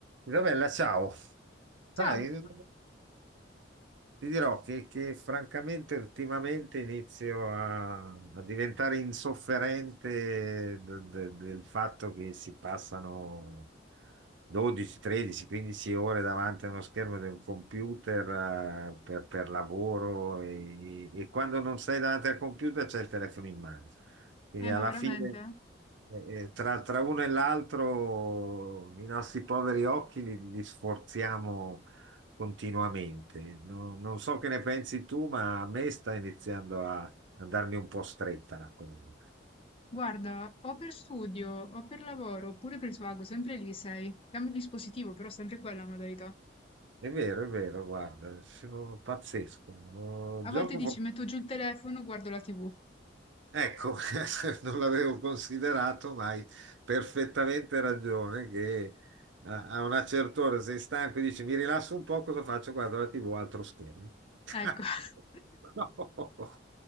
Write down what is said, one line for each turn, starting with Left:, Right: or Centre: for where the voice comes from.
Right: Isabella, ciao.
Left: Ciao,
Right: Sai, ti dirò che, che francamente ultimamente inizio a, a diventare insofferente del, del- del fatto che si passano 12, 13, 15 ore davanti a uno schermo di un computer eh, per, per lavoro e, e quando non sei davanti al computer c'è il telefono in mano. Quindi
Left: eh,
Right: alla
Left: ma veramente?
Right: fine eh, eh, tra, tra uno e l'altro i nostri poveri occhi li, li sforziamo continuamente. No- non so che ne pensi tu, ma a me sta iniziando a andarmi un po' stretta la cosa.
Left: Guarda, o per studio, o per lavoro, oppure per svago, sempre lì sei. Cambio dispositivo, però sempre quella modalità.
Right: È vero, è vero, guarda, sono pazzesco. Oh,
Left: A
Right: Gioco
Left: volte dici, metto giù il telefono, guardo la TV.
Right: Ecco, <laughs> non l'avevo considerato, ma hai perfettamente ragione che a a una certa ora sei stanco e dici mi rilasso un po', cosa faccio? Guardo la TV, altro schermo. <laughs>
Left: Ecco, <laughs>
Right: No.